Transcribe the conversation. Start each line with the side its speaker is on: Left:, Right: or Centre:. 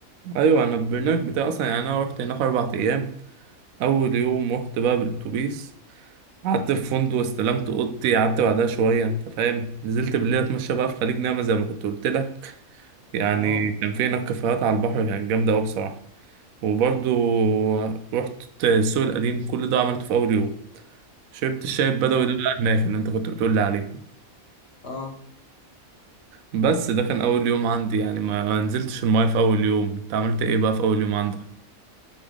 Right: أيوة أنا البرنامج بتاعي أصلا يعني أنا روحت هناك أربع أيام أول يوم رحت بقى بالأتوبيس قعدت في فندق استلمت أوضتي قعدت بعدها شوية أنت فاهم نزلت بالليل أتمشى بقى في خليج نعمة زي ما كنت قلت لك يعني
Left: أه
Right: كان في هناك كافيهات على البحر كانت جامدة أوي بصراحة وبرضه رحت السوق القديم كل ده عملته في أول يوم شربت الشاي البدوي
Left: أه
Right: ده بقى هناك اللي انت كنت بتقول لي عليه
Left: أه
Right: بس ده كان اول يوم عندي يعني ما ما نزلتش المايه في اول يوم انت عملت ايه بقى في اول يوم عندك